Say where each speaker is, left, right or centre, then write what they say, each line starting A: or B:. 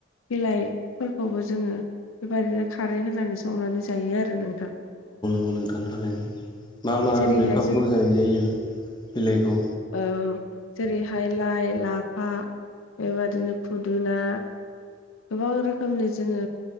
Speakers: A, on the left; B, on the left.
A: बिलाइफोरखौबो जोङो बेबायदिनो खारै होनानैसोंनानै जायो आरो नोंथां
B: नोंगौ नोंथां थारैनो मा मा
A: जेरैहाय
B: बिफांखौ
A: जों
B: जाय जायो बिलाइखौ
A: औ जेरैहाय लाइ लाफा बेबादिनो फुदुना गोबां रोखोमनि जोङो